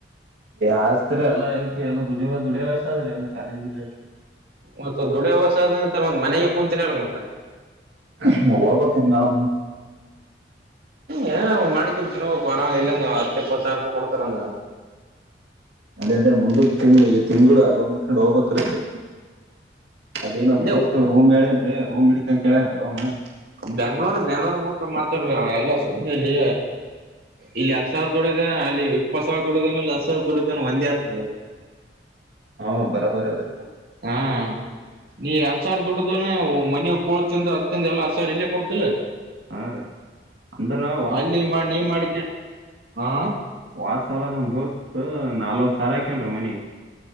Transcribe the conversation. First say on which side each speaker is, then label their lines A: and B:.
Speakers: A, on the right (about 80°); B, on the right (about 60°).
A: ಹಸ್ತತ್ರಿ ಎಲ್ಲ ಈಗ ಎಲ್ಲಾ ದುಡ ದುಡಿಯ ವಸ್ದ್ರೀ ಎಲ್ಲ ಕಾಲೇಜ್ ಇರಿ
B: ಮತ್ತ ದುಡ ವಾಸ ಆದ ನಂತರ ಮ ಮನೆಗೆ ಕುಂಚರಿ ಅಲ್ಲ ಮತ್ತೆ
A: ಹಬ ಕಮಾವ
B: ಏ ನಡಿಕೆ ತಿಿನ ವರ ಇಲ್ಲಂಗ ಹತ್ತು ಇಪ್ಪತ್ತಾವಾರ ರೂಪಾಯ್ ಕೊಡ್ತರಂಗ
A: ಅದೇ ಮುಂದ ತಿಂಗಳ ಈ ತಿಂಗಳು ಅಬ್ೊಂಡ್ ಹೋಗ್ಬೇಕಕ್ರದೆ ಅದೇ ನಮ್
B: ಇಲ್ಲೇ
A: ದೋಸ್ತ್ ರೂಮ್ ಹೇಳೇನ್ರಿ ರೂಮ್ಿಡಿತತಿ ಅಂತ ಹೇಳೇನ್ರಿ ಅವ್ನು
B: ಬೆಂಗ್ಳೂರ್ ಬೆಂಗ್ಳೂರ್ ಬಿುಟ್ಟ ಮಾತಾಡ್ವಿ ಅವ ಎಲ್ಲ ಸುಮ್ನೆಲ್ಲಿ ಇಲ್ಲಿ ಹತ್ತು ಸಾವಿರದ ದೊಡಗ ಅಲ್ಲಿ ಇಪ್ಪತ್ತು ಸಾವಿದ ದೊಡ್ಡಗನ ಇ ಹತ್ ಸಾವರ ದೊಡಗನ ಒಂದೇ ಆಗ್ತದೆ <inaudible>
A: ಹ ಬರಬರ ಅವ
B: ಹ್ಮ್ ನೀ ಆಚಾರ್ ದದುಡ್ದ್ರ ಮನ ಕಳತಿಂದ ಅದಿಂದ ಎಲ್ಲ ಆಚಾರ್ ಇಲ್ಲೇ ಕೊಡ್ತಿಲ್ಲ
A: ಹಾ ರೀ ಅಂದ್ರ ವಾಸ್
B: ಅಲ್ಲಿ ಮಾಡ ನೀ ಮಾಡ ಹಾ
A: ವತ್ಸಲ ನಮ ದೋಸ್ತ್ ನಾಲ್ವತ್ ಸಾರ್ ಆಾಕನ್ರಿ ಮನಿ